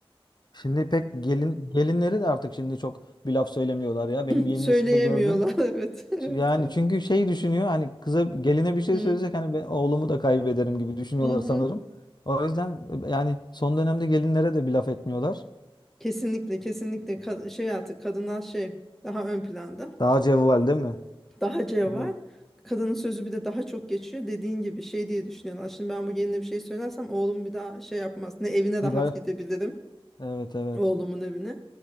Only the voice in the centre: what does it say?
<laughs>
Söyleyemiyorlar.
<laughs> Evet, evet,
evet.
Hı,
hı hı.
Kesinlikle, kesinlikle Ka- şey artık kadınlar şey daha ön planda.
Daha cevval.
Kadının sözü bir de daha çok geçiyor. Dediğin gibi şey diye düşünüyorlar. Şimdi ben bu geline bir şey söylersem oğlum bir daha şey yapmaz. Ne evine rahat
gidebilirim.
oğlumun evine.